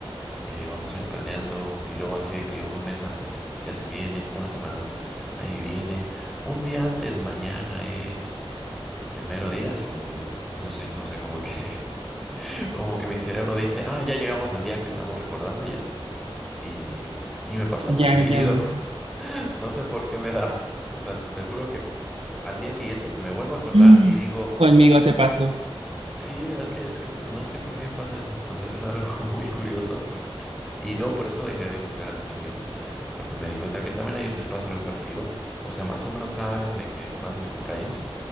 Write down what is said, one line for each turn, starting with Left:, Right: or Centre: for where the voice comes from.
Centre: eh, vamos a ir planeando y luego así de que un mes antes ya se viene, una semana antes ahí viene, un día antes mañana es, el mero día se me olvida. No sé, o sea, como que, <laughs> como que mi cerebro dice, ah, ya llegamos al día que estamos recordando ya. Y, y me pasa
Right: Y
Centre: muy
Right: Ya,
Centre: <laughs> seguido,
Right: ya,
Centre: no sé por qué me da. O sea, te juro que al día siguiente me vuelvo a acordar
Right: mm,
Centre: y digo,
Right: conmigo te pasó.
Centre: sí, es que, es que no sé por qué me pasa eso. O sea, es algo <laughs> muy curioso. Y luego por eso dejé de juzgar a mis amigos, porque me di cuenta que también a ellos les pasa algo parecido. O sea, más o menos saben de que cuándo es mi cumpleaños,